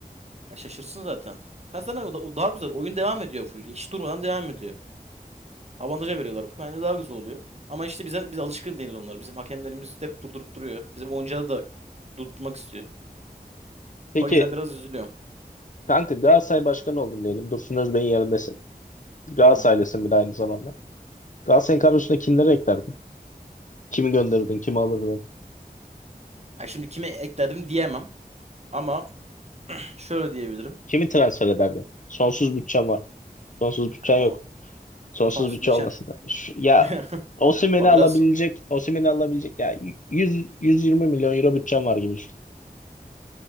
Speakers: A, on the right; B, on the left.
A: Ya şaşırsın zaten. Kazanır o da o daha güzel. Oyun devam ediyor full. Hiç durmadan devam ediyor. Avantaja veriyorlar. Bence daha güzel oluyor. Ama işte bize biz alışkın değiliz onlara. Bizim hakemlerimiz hep durdurup duruyor. Bizim oyuncuları da durdurmak istiyor.
B: Peki
A: O yüzden biraz üzülüyorum.
B: kanka Galatasaray başkanı oldun diyelim. Dursun Özbey'in yerindesin. Galatasaraylısın
A: Ha.
B: bir de aynı zamanda. Galatasaray'ın kadrosuna kimleri eklerdin? Kimi gönderirdin? Kimi alırdın?
A: Ya şimdi kimi ekledim diyemem ama şöyle diyebilirim.
B: Kimi transfer ederdin? Sonsuz bütçen var. Sonsuz bütçen
A: Ya
B: yok.
A: o
B: Sonsuz
A: sonsuz
B: bütçe
A: biçen
B: olması da. Şu- ya
A: <laughs>
B: Osimhen'i
A: o
B: alabilecek,
A: biraz
B: Osimhen'i alabilecek ya 100 120 milyon euro bütçen var gibi. düşün.